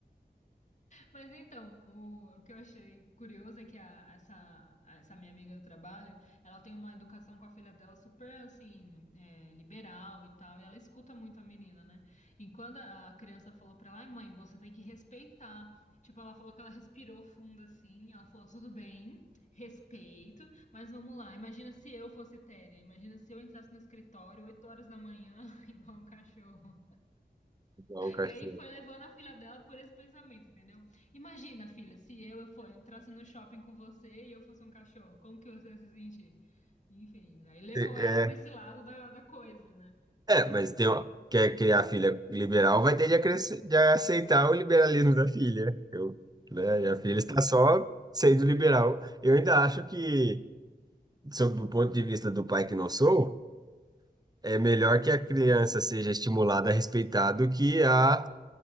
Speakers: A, on the left (about 45°); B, on the right (about 25°).
A: Mas então, o, o que eu achei curioso é que a- essa, essa minha amiga do trabalho, ela tem uma educação com a filha dela super, assim, é, liberal e tal, e ela escuta muito a menina, né? E quando a criança falou pra ela, ai mãe, você tem que respeitar. Tipo, ela falou que ela respirou fundo, assim, ela falou, tudo bem, respeito, mas vamos lá, imagina se eu fosse Téria, imagina se eu entrasse no escritório 8 horas da manhã, <laughs> igual um cachorro.
B: Igual o cachorro.
A: E aí foi levando a filha dela por esse pensamento, entendeu? Imagina, filha, se eu for, entrasse no shopping com você e eu fosse um cachorro, como que você ia se sentir? Enfim, aí levou
B: É,
A: ela pra
B: é,
A: esse lado da, da coisa, né?
B: é, mas tem, uma- quer criar filha liberal, vai ter de, acresce- de aceitar o liberalismo da filha. Eu, né,
A: Sim,
B: minha filha está só sendo liberal. Eu ainda acho que, sob o ponto de vista do pai que não sou, é melhor que a criança seja estimulada a respeitar do que a